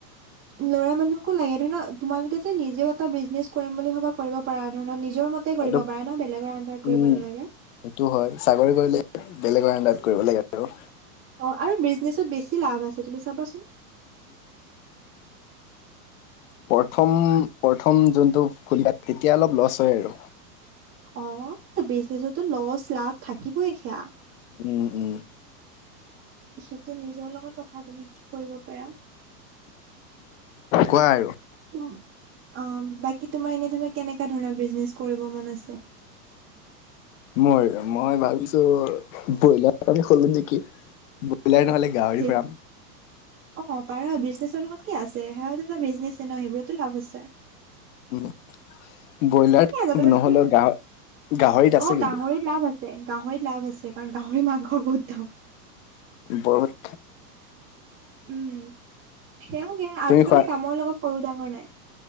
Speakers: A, on the right; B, on the left.
A: ল'ৰা মানুহকো লাগে, ধৰি ল তোমালোকে যে নিজেও এটা বিজনেছ কৰিম বুলি ভাবা কৰিব পাৰা। ধৰা নিজৰ মতে তে কৰিব
B: এইটো
A: পৰা ন বেলেগৰ উণ্ডাৰত
B: উম
A: কৰিব নালাগে।
B: সেইটো হয় চাকৰি কৰিলে বেলেগৰ আণ্ডাৰত কৰিব লাগে আৰু।
A: অ' আৰু বিজনেচত বেছি লাভ আছে তুমি চাবাচোন।
B: প্ৰথম প্ৰথম যোনটো তেতিয়া অলপ লষ্ট হয় আৰু।
A: অ' বিজনেচততো লষ্ট লাভ থাকিবই সেয়া।
B: উম, উম।
A: সেইটো নিজৰ লগত কথা তুমি কৰিব পাৰা।
B: কোৱা আৰু?
A: অ' বাকী তোমাৰ এনে ধৰি লোৱা কেনেকা ধৰণৰ বিজনেচ কৰিব মন আছে?
B: মই মই ভাবিছো ব্ৰইলাৰ এখনকে খলো নেকি। ব্ৰইলাৰ নহ'লে গাহৰি
A: ধেত
B: ফাৰ্ম।
A: অ' পাৰা। বিজনেছৰ লগত কি আছে, সেয়াও টো এটা বিজনেচে ন। সেইবোৰতো লাভ আছে।
B: উম। ব্ৰইলাত।
A: ঠিকে আছে তুমি
B: নহলেও
A: যদি
B: গাহ- গাহৰিত আছে
A: অ গাহৰিত
B: কিন্তু।
A: লাভ আছে গাহৰিত লাভ আছে। কাৰণ গাহৰি মাংসৰ বহুত দাম।
B: বহুত।
A: উম। সেও কে। আজিকালি
B: তুমি খোৱা
A: কামৰ লগত সৰু-ডাঙৰ নাই।